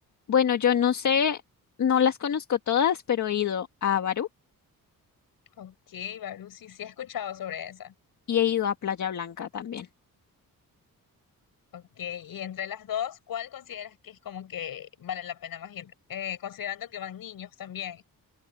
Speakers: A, on the left; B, on the left.
A: bueno, yo no sé, no las conozco todas, pero he ido a Barú
B: Ok, Barú, sí, sí he escuchado sobre esa.
A: y he ido a Playa Blanca también.
B: Ok, y entre las dos, ¿cuál consideras que es como que vale la pena más ir? Eh, considerando que van niños también.